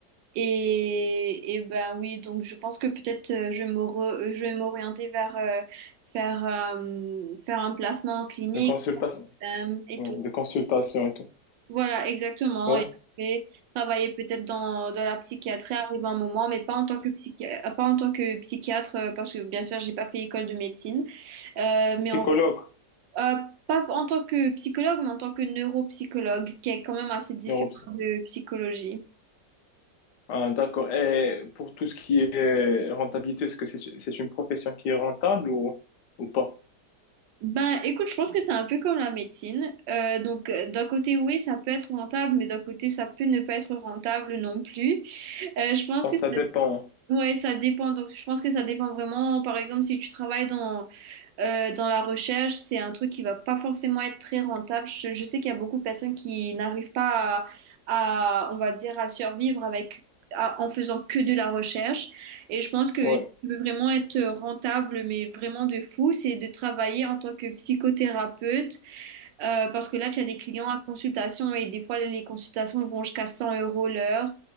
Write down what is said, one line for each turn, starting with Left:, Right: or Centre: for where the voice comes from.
Right: et, et ben oui, donc je pense que peut-être euh, je vais me re- euh, je vais m'orienter vers euh, faire, euh, faire un placement en clinique
Left: De consultation,
Right: euh, et
Left: ouais,
Right: tout.
Left: de consultation et tout.
Right: Voilà, exactement.
Left: Ouais.
Right: Et après, travailler peut-être dans, dans la psychiatrie arrive un moment, mais pas en tant que psychiatre, pas en tant que psychiatre, euh, parce que bien sûr, j'ai pas fait école de médecine, euh, mais
Left: Psychologue,
Right: en, euh, pas en tant que psychologue, mais en tant que neuropsychologue, qui est quand même assez différent
Left: neuropsy.
Right: de psychologie.
Left: Ah, d'accord. Et pour tout ce qui est rentabilité, est-ce que c'est, c'est une profession qui est rentable ou, ou pas?
Right: Ben, écoute, je pense que c'est un peu comme la médecine. Euh, donc, euh, d'un côté, oui, ça peut être rentable, mais d'un côté, ça peut ne pas être rentable non plus. Euh, je pense
Left: Donc
Right: que ça,
Left: ça dépend.
Right: ouais, ça dépend. Donc, je pense que ça dépend vraiment. Par exemple, si tu travailles dans euh, dans la recherche, c'est un truc qui va pas forcément être très rentable. Je, je sais qu'il y a beaucoup de personnes qui n'arrivent pas à, à, on va dire, à survivre avec, à- en faisant que de la recherche. Et je pense que
Left: Ouais,
Right: si tu veux vraiment être rentable, mais vraiment de fou, c'est de travailler en tant que psychothérapeute, euh, parce que là, tu as des clients à consultation et des fois, les consultations vont jusqu'à 100 euros l'heure.